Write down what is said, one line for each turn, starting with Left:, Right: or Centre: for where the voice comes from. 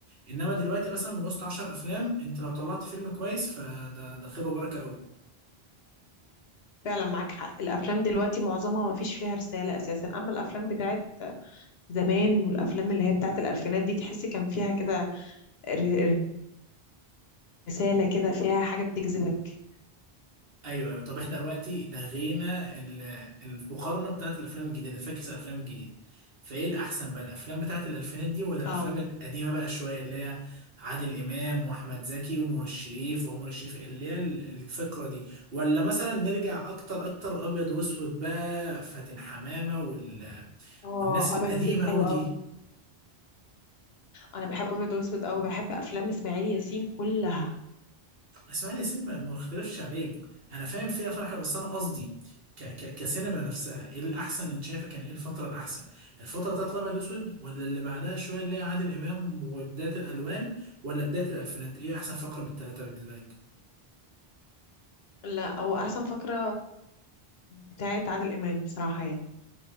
Right: إنما دلوقتي مثلا من وسط 10 أفلام أنت لو طلعت فيلم كويس فده ده خير وبركة أوي
Left: فعلا معاك حق الافلام دلوقتي معظمها ما فيش فيها رسالة اساسا اما الافلام بتاعت زمان والافلام اللي هي بتاعت الالفينات دي تحس كان فيها كده ر- رسالة كده فيها حاجة بتجذبك
Right: ايوه ايوه طب احنا دلوقتي لغينا ال- المقارنه بتاعت الافلام الجديده فاكس الافلام الجديده فايه الاحسن بقى الافلام بتاعت الالفينات دي ولا الافلام
Left: اه
Right: القديمه بقى شويه اللي هي عادل امام واحمد زكي ونور الشريف وعمر الشريف اللي هي ال- الفكره دي ولا مثلا نرجع اكتر اكتر ابيض واسود بقى فاتن حمامه وال...
Left: اه
Right: والناس القديمه
Left: ابيض واسود حلو
Right: قوي دي
Left: قوي انا بحب ابيض واسود قوي بحب افلام اسماعيل ياسين كلها
Right: اسماعيل ياسين ما ما مختلفش عليه انا فاهم في افلام حلوه بس انا قصدي ك ك كسينما نفسها ايه الاحسن انت شايفه كان ايه الفتره الاحسن الفتره بتاعت الابيض واسود ولا اللي بعدها شويه اللي هي عادل امام وبدايه الالوان ولا بدايه الالفينات ايه احسن فقره من الثلاثه بالنسبه لك
Left: لا هو احسن فقره بتاعت عادل امام بصراحه يعني